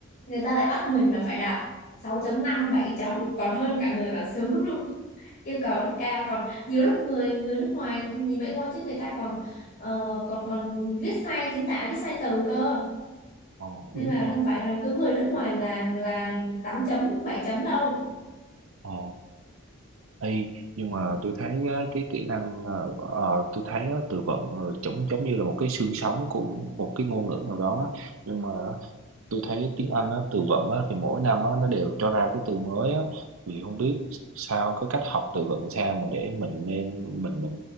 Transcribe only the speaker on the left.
người ta lại bắt mình là phải đạt sáu chấm năm bảy chấm còn hơn cả người bản xứ luôn yêu cầu rất cao còn nhiều lúc người người nước ngoài nhìn vậy thôi chứ người ta còn ờ, còn còn viết sai chính tả viết sai từ cơ
nên
là
không phải là cứ người nước ngoài là là 8 chấm 7 chấm đâu